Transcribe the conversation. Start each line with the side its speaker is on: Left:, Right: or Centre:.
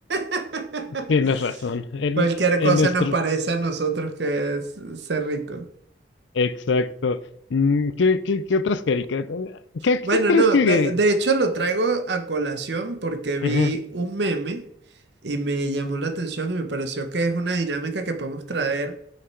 Right: <laughs>
Left: Tienes razón. En,
Right: cualquier
Left: en
Right: cosa
Left: nuestro
Right: nos parece a nosotros que es ser rico.
Left: Exacto. Mm, ¿Qué, qué, qué otras caricaturas? ¿Qué,
Right: Bueno,
Left: qué crees
Right: no,
Left: que...?
Right: de, de hecho lo traigo a colación porque vi
Left: Ujú,
Right: un meme y me llamó la atención y me pareció que es una dinámica que podemos traer.